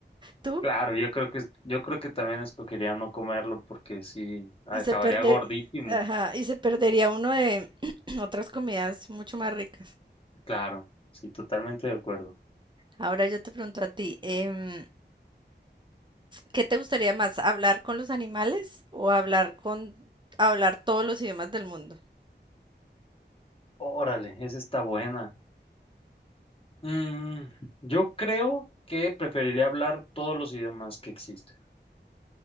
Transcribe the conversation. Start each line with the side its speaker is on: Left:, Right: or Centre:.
Right: tú
Left: Claro, yo creo que yo creo que también escogería no comerlo porque sí acabaría
Right: y se perder,
Left: gordísimo.
Right: ajá, y se perdería uno de <clears throat> otras comidas mucho más ricas.
Left: Claro, sí, totalmente de acuerdo.
Right: Ahora yo te pregunto a ti, em, ¿qué te gustaría más, hablar con los animales o hablar con hablar todos los idiomas del mundo?
Left: Órale, esa está buena. Mm, yo creo que preferiría hablar todos los idiomas que existen.